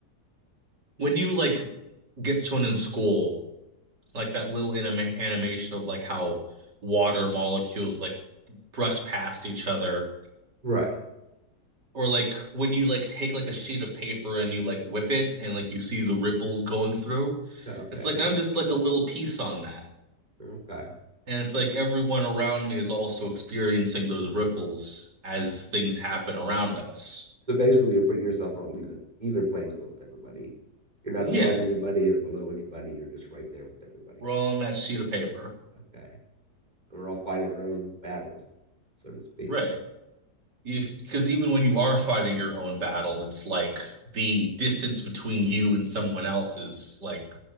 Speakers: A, on the right (about 70°); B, on the right (about 25°).
A: when you like get shown in school. like that little anima animation of like how water molecules like brush past each other
B: right,
A: or like when you like take like a sheet of paper and you like whip it and like you see the ripples going through
B: okay,
A: it's like i'm
B: yeah,
A: just like a little piece on that
B: okay.
A: and it's like everyone around me is also experiencing those ripples as things happen around us
B: So basically, you're putting yourself on an even even playing field with everybody. You're not
A: yeah
B: above anybody or below anybody. You're just right there with everybody.
A: we're all on that sheet of paper
B: Okay. we're all fighting our own battles, so to speak.
A: right Because even when you are fighting your own battle, it's like the distance between you and someone else is like